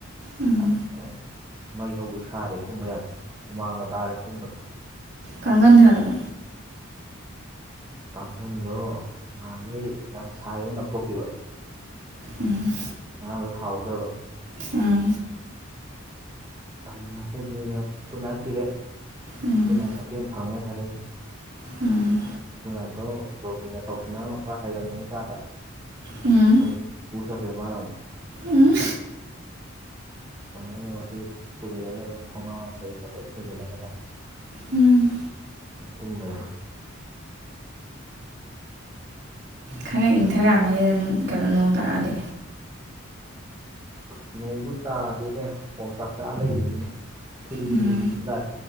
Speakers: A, on the right; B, on the right.
A: ꯎꯝ
B: ꯍꯦꯛꯇ ꯃꯩ ꯍꯧꯒꯩ ꯁꯥꯔꯦ ꯇꯨꯝꯕ ꯌꯥꯗ꯭ꯔꯦ ꯍꯨꯃꯥꯡꯒ ꯇꯥꯔꯦ ꯇꯨꯝꯕꯗ
A: ꯀꯥꯡꯒꯟ ꯊꯥꯗꯕ
B: ꯀꯥꯡꯒꯟꯗꯣ ꯅꯍꯥꯟꯒꯩ ꯌꯥꯝ ꯁꯥꯏꯌꯦꯅ ꯂꯧꯊꯣꯛꯈꯤꯕ
A: ꯎꯝ
B: ꯉꯔꯥꯡꯗꯣ ꯊꯥꯍꯧꯗ꯭ꯔꯕ
A: ꯑꯥ
B: ꯑꯩ ꯃꯁꯤꯗꯤꯅ ꯒꯨꯠꯅꯥꯏꯠ ꯊꯤꯔꯦ
A: ꯎꯝ
B: ꯒꯨꯠꯅꯥꯏꯠ ꯃꯆꯦꯠ ꯐꯪꯉꯦ ꯑꯁꯥꯢꯗꯩ
A: ꯎꯝ
B: ꯃꯅꯥꯠꯇꯣ ꯌꯖꯣꯒꯤꯅ ꯇꯧꯁꯟꯅꯔꯝꯕ ꯈꯔ ꯍꯥꯏꯔꯝꯃꯤ ꯀꯥꯟꯗ
A: ꯎꯝ
B: ꯑꯗꯨꯝ ꯄꯨꯔ ꯆꯠꯈ꯭ꯔꯦ ꯃꯅꯥ ꯑꯃꯨꯛ
A: ꯎꯝ
B: ꯑꯗꯨꯗꯒꯤ ꯃꯁꯤ ꯄꯨꯖꯜꯂ ꯊꯧꯅꯥ ꯀꯩꯒ ꯂꯣꯏ ꯊꯤꯡꯖꯤꯜꯂꯒꯅꯦ
A: ꯎꯝ
B: ꯑꯗꯨꯝ ꯇꯨꯝꯂꯩꯕ
A: ꯈꯔ ꯏꯪꯊꯔꯛꯑꯃꯅꯤꯗ ꯀꯩꯅꯣ ꯅꯣꯡ ꯇꯔꯛꯑꯗꯤ
B: ꯑꯁ ꯅꯣꯡꯖꯨ ꯇꯥꯗꯦꯅꯦ ꯑꯣꯝꯆꯥꯛ ꯆꯥꯛꯑ ꯂꯩꯔꯤꯅꯤꯅꯦ ꯊꯤꯠꯂꯤ
A: ꯎꯝ
B: ꯊꯤꯠꯂꯤꯕꯨꯗꯤ ꯇꯥꯔꯦ